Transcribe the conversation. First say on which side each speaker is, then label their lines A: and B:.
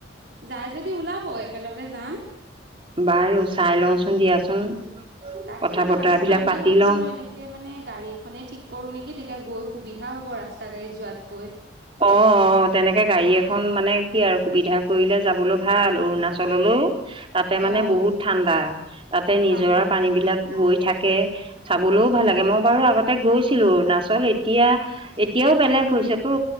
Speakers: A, on the right (about 55°); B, on the right (about 30°).
A: যায় যদি ওলাব একেলগে যাম।
B: বাৰু চাই লওঁচোন দিয়াচোন।
A: তাকে
B: কথা
A: মানে
B: বতৰাবিলাক
A: ভাবিছিলো আমিও
B: পাতি
A: ভাবিছিলো
B: লওঁ
A: এনেক তাকে মানে গাড়ী এখনেই ঠিক কৰো নেকি তেতিয়া গৈ সুবিধা হ'ব ৰাস্তা গাড়ীত যোৱাতকৈ।
B: অ অ তেনেকে গাড়ী এখন মানে কি আৰু সুবিধা কৰিলে যাবলৈ ভাল অৰুণাচললৈ। তাতে মানে
A: অ
B: বহুত ঠাণ্ডা। তাতে নিজৰাৰ
A: ঠাণ্ডা
B: পানী বিলাক বৈ থাকে চাবলৈও
A: হয়।
B: ভাল লাগে মপ বাৰু আগতে গৈছিলো অৰুনাচল এতিয়া এতিয়াও বেলেগ হৈছেতো।